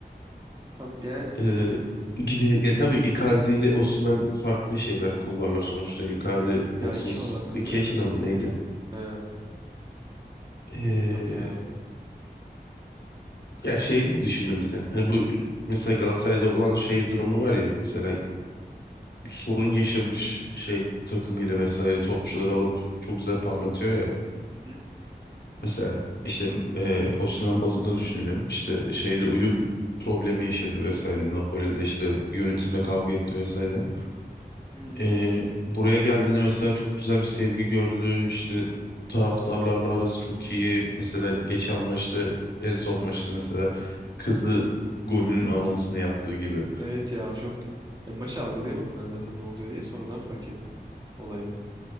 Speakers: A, on the right; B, on the left.
A: Abi yani
B: Ee, gide- ya tabii Icardi ile Osimhen farklı şeyler kulvarlar sonuçta. Icardi 32
A: Ya inşallah kalır
B: yaşında
A: da.
B: mı neydi?
A: Evet.
B: Ee,
A: Bilmiyorum ya.
B: ya şeyini
A: Yani.
B: düşündüm bir de. Hani bu mesela Galatasaray'da olan şey durumu var ya mesela bir sorun yaşamış şey takımıyla vesaire topçuları alıp çok güzel parlatıyor ya.
A: Hı hı.
B: Mesela işte e, Osimhen bazında düşünelim. İşte şeyde uyum problemi yaşadı vesaire. Napoli'de işte yönetimle kavga etti vesaire.
A: Hı.
B: Ee, buraya geldiğinde mesela çok güzel bir sevgi gördü. İşte taraftarlarla arası çok iyi. Mesela geçen maçta en son maçta mesela kızı golünün anonsunu yaptığı gibi.
A: Evet ya çok. En başta algılayamadım ben zaten ne oluyor diye sonradan fark ettim olayı.